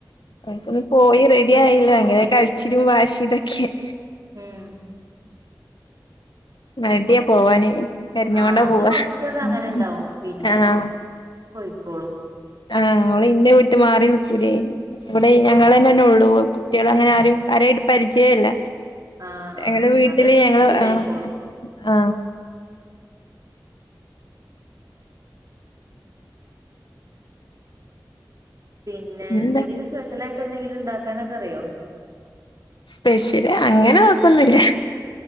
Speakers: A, on the left; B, on the right.
A: <inaudible> പോയി റെഡ് ടിആയില്ല ഇങ്ങനെ കരച്ചിലും വാശി ഇതൊക്കെ-
B: ഉം-
A: മട്യാ പോവാന്- കരഞ്ഞോണ്ടാ
B: ആഹ് അത്
A: പോവാ
B: ഫസ്റ്റ്ക്കെ അങ്ങനെ
A: ഉം
B: ഇണ്ടാവും പിന്നെ
A: ആഹ്
B: പോയിക്കോളും-
A: ആഹ് അവളിന്നെ വീട്ട് മാറി നിക്കൂലേ. ഇവിടെ ഞങ്ങളന്നെന്നെ ഉള്ളൂ കുട്ടികൾ അങ്ങനെ ആരും ആരേട്ടും പരിചയമില്ല.
B: ആഹ്
A: ഞങ്ങടെ
B: ആഹ്
A: വീട്ടില്
B: അതൊക്കെ ഇനി
A: ഞങ്ങള്
B: ശീലായിക്കോളും
A: ആ ആ
B: പിന്നെ
A: പിന്നെന്താ
B: എന്തെങ്കിലും സ്പെഷ്യൽ ആയി ട്ടെന്തെങ്കിലും ഇണ്ടാക്കാനൊക്കെ അറിയോ?
A: സ്പെഷ്യല് അങ്ങനെ വെക്കൊന്നും ഇല്ല